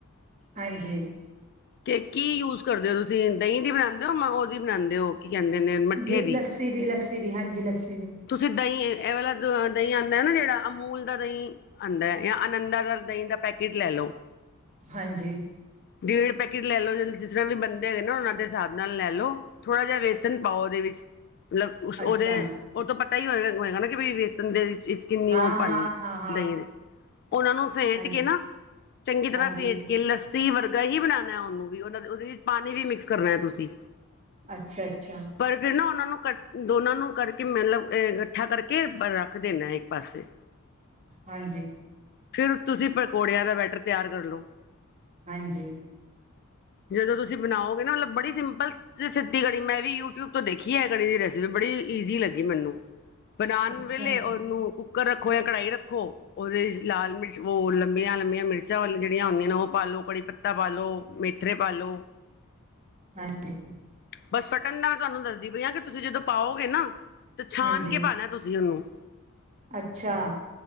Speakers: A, on the right (about 30°); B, on the left (about 45°).
A: ਹਾਂਜੀ
B: ਕਿ ਕੀ ਯੂਜ ਕਰਦੇ ਹੋ ਤੁਸੀਂ ਦਹੀਂ ਦੀ ਬਣਾਉਂਦੇ ਹੋ ਮੈਂ ਉਹਦੀ ਬਣਾਉਂਦੇ ਹੋ ਕੀ ਕਹਿੰਦੇ ਨੇ ਮੱਠੇ
A: ਜੀ
B: ਦੀ?
A: ਲੱਸੀ ਦੀ ਲੱਸੀ ਦੀ ਹਾਂਜੀ ਲੱਸੀ ਦੀ।
B: ਤੁਸੀਂ ਦਹੀਂ ਇਹ ਵਾਲਾ ਦੇ ਦਹੀਂ ਆਉਂਦਾ ਨਾ ਜਿਹੜਾ ਅਮੂਲ ਦਾ ਦਹੀਂ ਆਉਂਦਾ ਜਾਂ ਅਨੰਦਾਾ ਦਾ ਦਹੀਂ ਦਾ ਪੈਕੇਟ ਲੈ ਲਓ।
A: ਹਾਂਜੀ
B: ਡੇਢ ਪੈਕੇਟ ਲੈ ਲਓ ਜ ਜਿਸ ਤਰ੍ਹਾਂ ਵੀ ਬੰਦੇ ਹੈਗੇ ਨਾ ਉਹਨਾਂ ਦੇ ਹਿਸਾਬ ਨਾਲ ਲੈ ਲਓ। ਥੋੜਾ ਜਿਹਾ ਵੇਸਨ ਵੇਸਨ ਪਾਓ ਉਹਦੇ ਵਿੱਚ, ਮਤਲਬ
A: ਅੱਛਾ,
B: ਉਹਦੇ ਉਹ ਤੋਂ ਪਤਾ ਹੀ ਹੋਏ ਹੋਏਗਾ ਨਾ ਕਿ ਵੇਸਨ ਦੇ ਕਿੰਨੀ
A: ਹਾਂ,
B: ਉਹ
A: ਹਾਂ,
B: ਪਨੀ
A: ਹਾਂ, ਹਾਂ।
B: ਦਹੀਂ ਦੇ, ਉਹਨਾਂ ਨੂੰ ਫੇਟ
A: ਹਾਂਜੀ,
B: ਕੇ ਨਾ ਚੰਗੀ ਤਰ੍ਹਾਂ
A: ਹਾਂਜੀ,
B: ਫੇਟ ਕੇ ਕਿ ਲੱਸੀ ਵਰਗਾ ਹੀ ਬਣਾਉਣਾ ਉਹਨੂੰ, ਵੀ ਉਹ ਉਹਦੇ ਵਿੱਚ ਪਾਣੀ ਵੀ ਮਿਕਸ ਕਰਨਾ ਹੈ ਤੁਸੀਂ?
A: ਅੱਛਾ- ਅੱਛਾ
B: ਪਰ ਫਿਰ ਨਾ ਉਹਨਾਂ ਨੂੰ ਕ ਦੋਨਾਂ ਨੂੰ ਕਰਕੇ ਮਤਲਬ ਅ ਇਕੱਠਾ ਕਰਕੇ ਬ ਰੱਖ ਦੇਣਾ ਇੱਕ ਪਾਸੇ
A: ਹਾਂਜੀ
B: ਫਿਰ ਤੁਸੀਂ ਪਕੌੜਿਆਂ ਦਾ ਬੈਟਰ ਤਿਆਰ ਕਰ ਲਓ।
A: ਹਾਂਜੀ
B: ਜਦੋਂ ਤੁਸੀਂ ਬਣਾਓਗੇ ਨਾ ਮਤਲਬ ਬੜੀ ਸਿੰਪਲ ਸਿੱਧੀ ਕੜੀ ਮੈਂ ਵੀ ਯੂਟਿਊਬ ਤੋਂ ਦੇਖੀ ਹੈ ਇਹ ਕੜੀ ਦੀ ਰੈਸਿਪੀ ਬੜੀ ਈਜ਼ੀ ਲੱਗੀ ਮੈਨੂੰ ਬਣਾਉਣ
A: ਅੱਛਾ,
B: ਵੇਲੇ ਉਹਨੂੰ ਕੁੱਕਰ ਰੱਖੋ ਜਾਂ ਕੜਾਹੀ ਰੱਖੋ ਉਹਦੇ ਲਾਲ ਮਿਰਚ ਉਹ ਲੰਬੀਆਂ -ਲੰਬੀਆਂ ਮਿਰਚਾਂ ਵ ਜਿਹੜੀਆਂ ਹੁੰਦੀਆਂ ਨੇ ਉਹ ਪਾ ਲੋ, ਕੜੀ ਪੱਤਾ ਪਾ ਲੋ, ਮੇਥਰੇ ਪਾ ਲੋ।
A: ਹਾਂਜੀ
B: ਬਸ ਫਟਣ ਦਾ ਮੈਂ ਤੁਹਾਨੂੰ ਦੱਸਦੀ ਪਈ ਹਾਂ ਕਿ ਤੁਸੀਂ ਜਦੋਂ ਪਾਓਗੇ ਨਾ ਤੇ ਛਾਣ
A: ਹਾਂਜੀ,
B: ਕੇ ਪਾਣਾ ਤੁਸੀਂ ਉਹਨੂੰ
A: ਅੱਛਾ